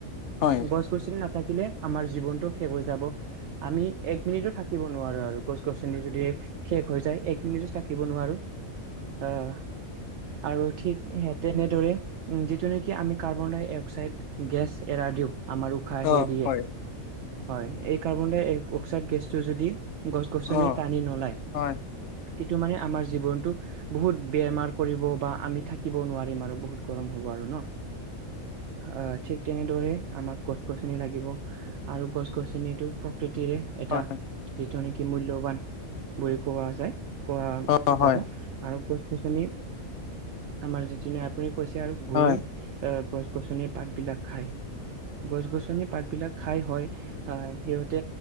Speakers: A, on the left; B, on the right.
A: হয়
B: গছ গছনি নাথাকিলে। আমাৰ জীৱনতটো শেষ হৈ যাব আমি এক মিনিটো থাকিব নোৱাৰো আৰু গছ গছনি যদি শেষ হৈ যায় এক মিনিটো থাকিব নোৱাৰো আহ আৰু ঠিক স তেনেদৰে যিটো নেকি আমি কাৰ্বন ডাই অক্সাইড গেছ এৰা দিওঁ। আমাৰ উশাহ
A: হয় অ
B: হেৰিয়ে-
A: হয়
B: হয় এই কাৰ্বন ডাই অক্সাইড গেছটো যদি। গছ গছনি
A: অ
B: টানি নলায়।
A: হয়
B: সেইটো মানে আমাৰ জীৱনটো বহুত বেমাৰ কৰিব বা আমি থাকিব নোৱাৰিম আৰু বহুত গৰম হ'ব আৰু ন অ ঠিক তেনেদৰে আমাক গছ গছনি লাগিব আৰু গছ গছনিটো প্ৰকৃতিৰে এটা
A: হয়
B: য নেকি মূল্যবান বুলি কোৱা যায় কোৱা
A: অ হয়
B: যাব আৰু আমাৰ যিজন আপুনি কৈছে আৰু গৰুই
A: হয়
B: আ গছ গছনিৰ পাত বিলাক খাই গছ গছনিৰ পাত বিলাক খাই হয় আ সিহঁতে